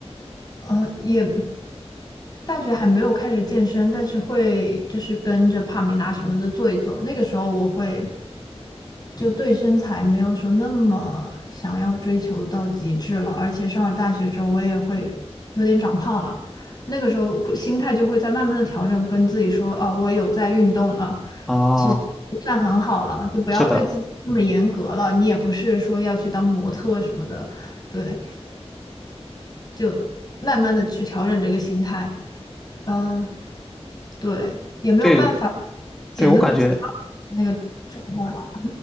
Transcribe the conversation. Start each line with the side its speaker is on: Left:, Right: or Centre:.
Left: 呃，也大学还没有开始健身，但是会就是跟着帕梅拉什么的做一做。那个时候我会就对身材没有说那么想要追求到极致了，而且上了大学之后，我也会有点长胖了。那个时候会心态就会在慢慢的调整，跟自己说，哦，我有在运动了，
Centre: 啊，
Left: 其实也算很好了，就不要对自己那么严格了。
Centre: 是的，
Left: 你也不是说要去当模特什么的，对，就慢慢的去调整这个心态。嗯、对，也没有办法
Centre: 对，
Left: 减那么减
Centre: 对，我感觉，
Left: 那个状态了。